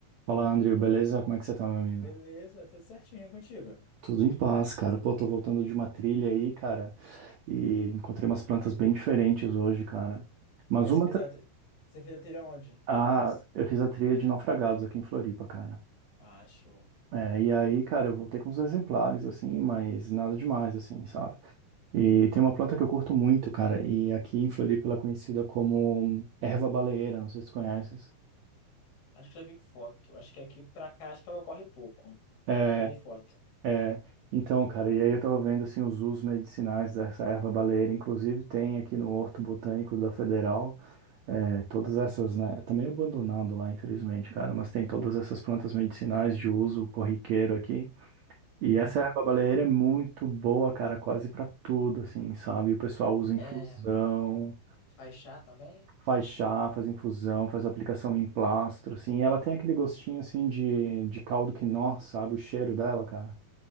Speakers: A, on the right (about 70°); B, on the left (about 55°).
A: Fala, Andrew,
B: Ô,
A: beleza? Como é que você tá, meu amigo?
B: beleza, tudo certinho contigo.
A: Tudo em paz, cara. Pô, tô voltando de uma trilha aí, cara, e encontrei umas plantas bem diferentes hoje, cara. Mas
B: Mas
A: uma.
B: você fez
A: tra-
B: você fez a trilha onde,
A: Ah,
B: mais ou menos?
A: eu fiz a trilha de naufragados aqui em Floripa, cara.
B: Acho.
A: É, e aí, cara, eu voltei com uns exemplares, assim, mas nada demais, assim, sabe? E tem uma planta que eu curto muito, cara, e aqui em Floripa ela é conhecida como erva baleeira, não sei se tu conheces.
B: Acho que já vi foto. Acho que aqui pra cá, acho que ela corre pouco.
A: É,
B: Mas já vi foto.
A: É, então, cara, e aí eu tava vendo assim os usos medicinais dessa erva baleeira, inclusive tem aqui no Horto Botânico da Federal, é, todas essas, né? Tá meio abandonado lá, infelizmente, cara, mas tem todas essas plantas medicinais de uso corriqueiro aqui. E
B: Uhum.
A: essa erva baleeira é muito boa, cara, quase pra tudo, assim, sabe? O pessoal usa infusão,
B: É, Faixá também?
A: faz chá, faz infusão, faz aplicação em plastro, assim, e ela tem aquele gostinho assim de, de caldo quinó, sabe? O cheiro dela, cara.